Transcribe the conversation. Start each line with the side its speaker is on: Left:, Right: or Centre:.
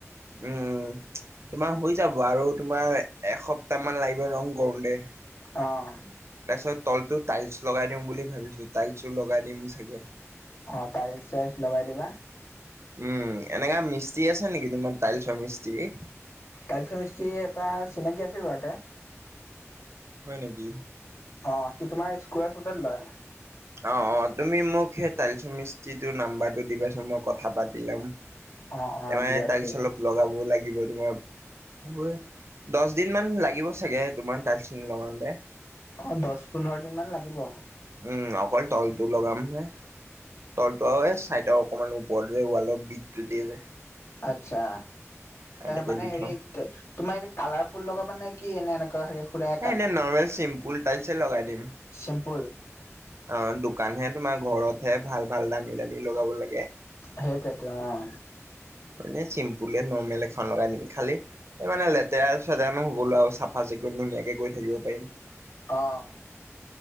Right: উম, তোমাৰ হৈ যাব আৰু তোমাৰ এসপ্তাহ মান লাগিব ৰং কৰোঁতে।
Left: অ'।
Right: তাৰপিছত তলটো টাইলছ লগাই দিম বুলি ভাবিছোঁ, টাইলছ লগাই দিম চাগে।
Left: অ', টাইলছ-চাইলছ লগাই দিবা।
Right: উম, এনেকা মিস্ত্ৰী আছে নেকি তোমাৰ তাইলছৰ মিস্ত্ৰী।
Left: টাইলচৰ মিস্ত্ৰী এটা চিনাকি আছিল বাৰু ইয়াতে।
Right: হয় নেকি?
Left: অ', সি তোমাৰ স্কাৰ ফুটত লয়।
Right: অ', অ' তুমি মোক সেই তালিচ মিস্ত্ৰীটো নাম্বাৰটো দিবাচোন মই কথা পাতি লম।
Left: অ, অ,
Right: তাৰমানে
Left: দিয়া আছে
Right: টাইলচ অলপ লগাব লাগিব। তোমাৰ দহ দিন মান লাগিব চাগে তোমাৰ টাইলচ খিনি লগাওঁতে।
Left: অ', দহ পোন্ধৰ দিন মান লাগিব।
Right: উম, অকল তলটো লগাম হে তলটো আৰু চাইডৰ। অকমান ওপৰত ৱালত যে বিতটো দিয়ে যে।
Left: অচ্ছা
Right: সেনেকে
Left: মানে
Right: দি
Left: হেৰি
Right: থম।
Left: তোমা কালাৰফুল লগাব মানে কি? এনে এনেকুৱা হেৰি। সুদাই
Right: এ, এনেই নৰ্মেল চিম্পুল টাইছ লগাই দিম।
Left: চিম্পল।
Right: অ', দোকানহে তোমাৰ ঘৰতহে ভাল, ভাল দামী, দামী লগাব লাগে।
Left: সেইটোৱেই টো অ'।
Right: মানে চিম্পুল নৰ্মেল এখন লগাই দিম, খালি এই মানে লেতেৰা চেতেৰা নহ'বলে আৰু চাফা চিকুণ ধুনীয়াকে। গৈ থাকিব পাৰিম।
Left: অ'।